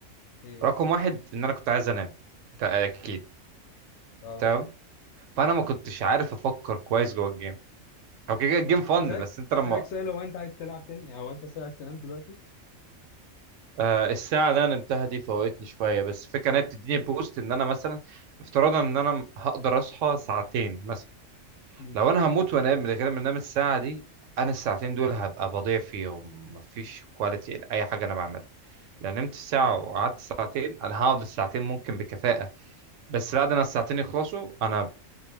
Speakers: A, on the left; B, on the right.
A: ايه
B: رقم واحد ان انا كنت عايز انام ده اكيد
A: اه
B: تمام فانا ما كنتش عارف افكر كويس جوه الجيم هو كده كده الجيم فن
A: اسالك
B: بس انت
A: اسالك
B: لما
A: سؤال هو انت عايز تلعب تاني هو انت عايز تنام دلوقتي
B: آه الساعه اللي انا نمتها دي فوقتني شويه بس الفكره ان هي بتديني بوست ان انا مثلا افتراضا ان انا هقدر اصحى ساعتين مثلا
A: مم.
B: لو انا هموت وانام من غير ما انام الساعه دي انا الساعتين دول هبقى بضيع فيهم مفيش كواليتي لاي حاجه انا بعملها لو نمت ساعة وقعدت ساعتين أنا هقعد الساعتين ممكن بكفاءة بس بعد ما الساعتين يخلصوا أنا